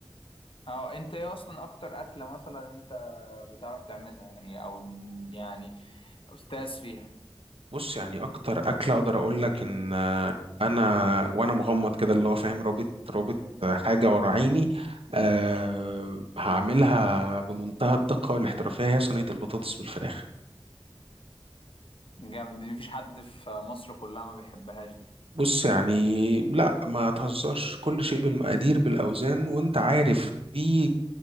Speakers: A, on the left; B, on the right.
A: اه انت ايه اصلا اكتر اكله مثلا انت بتعرف تعملها يعني او يعني استاذ فيها
B: بص يعني اكتر اكله اقدر اقول لك ان انا وانا مغمض كده اللي هو فاهم رابط رابط حاجه ورا عيني أه هعملها بمنتهى الدقه والاحترافيه هي صينيه البطاطس بالفراخ
A: جامد دي مفيش حد في مصر كلها ما بيحبهاش دي
B: بص يعني
A: يعني
B: لا ما تهزرش كل شيء بالمقادير بالاوزان وانت عارف دي